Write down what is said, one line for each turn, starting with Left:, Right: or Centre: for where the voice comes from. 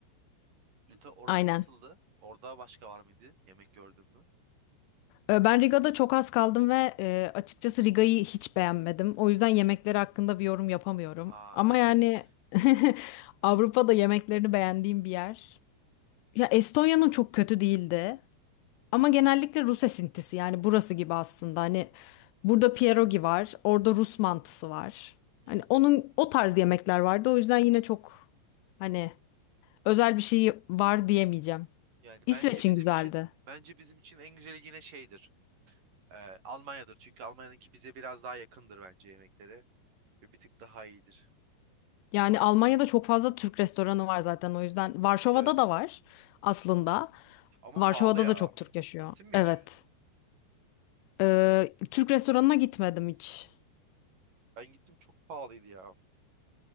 Right: Lütfen orası
Left: Aynen.
Right: nasıldı? Orada başka var mıydı? Yemek gördün mü?
Left: Ee, Ben Riga'da çok az kaldım ve e, açıkçası Riga'yı hiç beğenmedim. O yüzden yemekleri hakkında bir yorum yapamıyorum.
Right: Aa,
Left: Ama yani
Right: <laughs>
Left: <laughs> Avrupa'da yemeklerini beğendiğim bir yer. Ya Estonya'nın çok kötü değildi. Ama genellikle Rus esintisi yani burası gibi aslında. Hani burada pierogi var, orada Rus mantısı var.
Right: hmm.
Left: Hani onun o tarz yemekler vardı. O yüzden yine çok hani özel bir şey var diyemeyeceğim.
Right: yani
Left: İsveç'in
Right: bence bizim
Left: güzeldi.
Right: için bence bizim için en güzeli yine şeydir. Ee, Almanya'dır. Çünkü Almanya'daki bize biraz daha yakındır bence yemekleri. Ve bir tık daha iyidir.
Left: Yani Almanya'da çok fazla Türk restoranı var zaten o yüzden. Varşova'da
Right: Evet evet.
Left: da var aslında.
Right: Ama
Left: Varşova'da
Right: pahalı ya.
Left: da çok Türk yaşıyor.
Right: Gittin mi
Left: Evet.
Right: hiç?
Left: Ee, Türk restoranına gitmedim hiç.
Right: Ben gittim çok pahalıydı ya.